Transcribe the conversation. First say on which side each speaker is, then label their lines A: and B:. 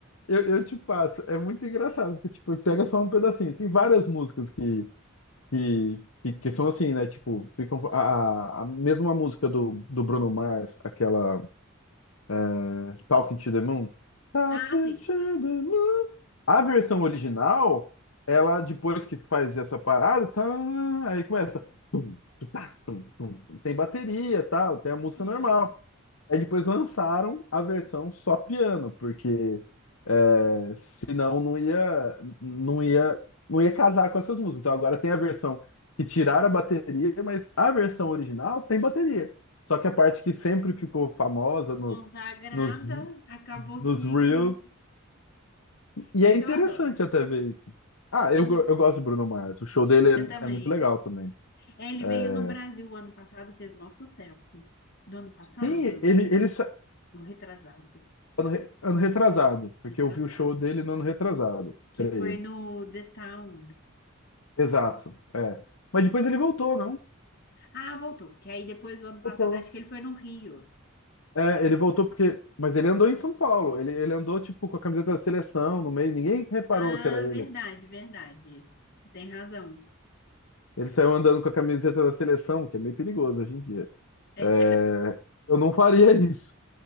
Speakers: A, on the left (about 70°); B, on the left (about 50°).
A: eu, eu te passo. É muito engraçado, porque tipo, pega só um pedacinho. Tem várias músicas que, que, que, que são assim, né? Tipo, ficam a, a a mesma música do, do Bruno Mars, aquela é, Talking to the Moon. Talking
B: Ah, sim.
A: to the Moon. A versão original, ela depois que faz essa parada, tá, aí começa. tum, tutá, tum, tum, tum. Tem bateria, tal, tem a música
B: Sim.
A: normal. Aí depois lançaram a versão só piano, porque eh, senão não ia, não ia, não ia casar com essas músicas. Então agora tem a versão que tiraram a bateria, mas a versão original tem bateria. Só que a parte que sempre ficou famosa nos,
B: Consagrada,
A: nos,
B: acabou
A: nos
B: que,
A: Reels.
B: que...
A: E
B: Essa
A: é interessante
B: eu adoro.
A: até ver isso. Ah, eu,
B: Muito.
A: go- eu gosto de Bruno Mars. O show dele
B: Eu também.
A: é, é muito legal também.
B: É, ele
A: É,
B: veio no Brasil o ano passado, fez maior sucesso. Do ano passado?
A: Sim, ele, ele sa-
B: Ou retrasado?
A: ano, re- ano retrasado, porque
B: Retrasado.
A: eu vi o show dele no ano retrasado,
B: Que
A: creio.
B: foi no The Town.
A: Exato, é. Mas depois ele voltou, não?
B: Ah, voltou. Que aí depois do ano passado,
A: Voltou.
B: acho que ele foi no Rio.
A: É, ele voltou porque. Mas ele andou em São Paulo. Ele, ele andou, tipo, com a camiseta da seleção no meio. Ninguém reparou
B: Ah,
A: que era ele.
B: verdade, verdade. Você tem razão.
A: Ele saiu andando com a camiseta da seleção, que é meio perigoso hoje em dia.
B: É,
A: É, eu não faria <laughs> isso.